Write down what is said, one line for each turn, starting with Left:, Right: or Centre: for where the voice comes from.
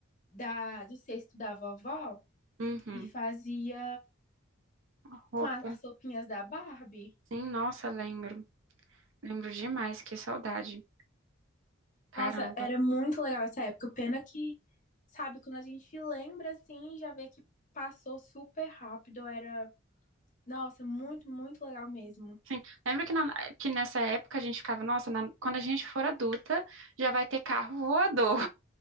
Left: da, do cesto da vovó
Right: Uhum.
Left: e fazia
Right: A Roupa,
Left: com a- as roupinhas da Barbie.
Right: sim, nossa, lembro. Lembro demais, que saudade. Caramba.
Left: Nossa, era muito legal essa época. Pena que, sabe, quando a gente lembra assim, já vê que passou super rápido. Era, nossa, muito, muito legal mesmo.
Right: Sim. Lembra que, na- que nessa época a gente ficava, nossa, na- quando a gente for adulta, já vai ter carro voador.